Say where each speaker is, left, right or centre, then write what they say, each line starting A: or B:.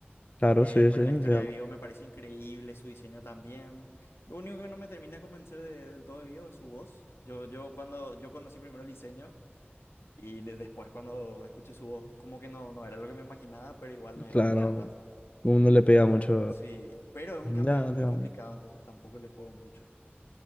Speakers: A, on the left (about 35°); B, on the left (about 85°).
A: Claro,
B: Eh,
A: sí,
B: pero
A: sí.
B: la historia
A: sí,
B: de Vivo me parece increíble, su diseño también. Lo único que no me termina de convencer de- del todo de Vivo es su voz. Yo, yo cuando yo conocí primero el diseño y le- después cuando escuché su voz, como que no, no era lo que me imaginaba, pero igual me,
A: Claro.
B: me encanta.
A: Uno le pega mucho.
B: Sí, pero es un campeón
A: Ya,
B: muy
A: ya.
B: complicado, entonces tampoco le juego mucho.